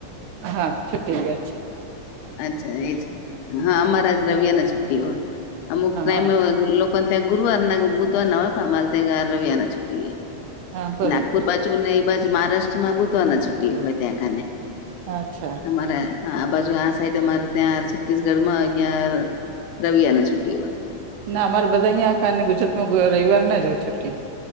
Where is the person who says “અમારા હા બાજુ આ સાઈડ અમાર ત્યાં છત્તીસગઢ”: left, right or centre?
Left